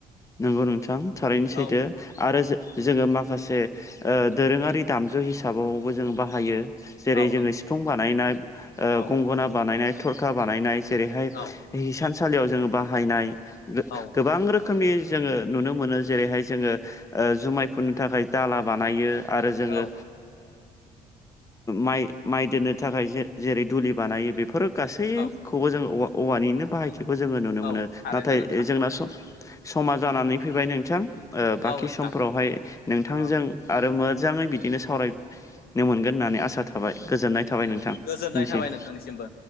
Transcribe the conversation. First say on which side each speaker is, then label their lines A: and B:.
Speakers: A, on the left; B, on the left.
A: नंगौ नोंथां थारैनो सैथो
B: औ
A: आरो जोङो माखासे दोरोङारि दामजु हिसाबावबो जोङ बाहायो जेरै
B: औ नंगौ
A: जोङो सिफुं बानायनाय
B: औ
A: गंगोनना बानायनाय थरखा बानायनाय जेरैहाय
B: औ
A: हिसानसालियाव जोङो बाहायनाय
B: औ
A: गोबां रोखोमनि जोङो नुनो मोनो जेरैहाय जोङो जुमायफोरनो थाखाय दाला बानायो आरो जोङो
B: औ
A: माइ माइ दोननो थाखाय जेरै दुलि बानायो बेफोरो गासै
B: औ
A: खौबो जोङो औवानिनो बाहायथिखौ जोङो नुनो
B: औ
A: मोनो
B: थारैनो
A: नाथाय
B: नोंथां
A: जोंना स समा जानानै फैबाय नोंथां बाखि
B: औ नोंथां
A: समफोरावहाय नोंथांजों
B: औ
A: आरो मोजाङै बिदिनो सावरायनो मोनगोन होननानै आसा थाबाय गोजोननाय थाबाय नोंथां बिनिसिम
B: गोजोननाय थाबाय नोंथांनिसिमबो